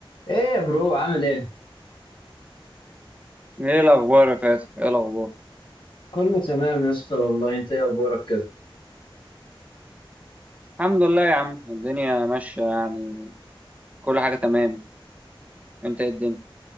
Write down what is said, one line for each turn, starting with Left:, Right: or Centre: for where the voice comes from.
Left: ايه يا برو عامل ايه
Right: ايه الاخبار يا فاتح ايه الاخبار
Left: كله تمام يا اسطى والله انت ايه اخبارك كده
Right: الحمد لله يا عم الدنيا ماشيه يعني كل حاجه تمام انت إيه الدنيا